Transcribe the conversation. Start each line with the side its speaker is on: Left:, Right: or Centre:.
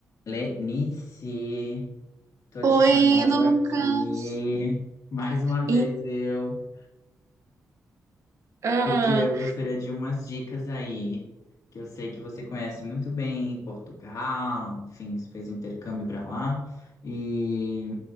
Left: Lenice, tô
Right: Oi,
Left: te chamando
Right: Lucas.
Left: aqui mais uma vez
Right: E,
Left: eu,
Right: ah,
Left: porque eu gostaria de umas dicas aí, que eu sei que você conhece muito bem Portugal, enfim, fez um intercâmbio para lá e,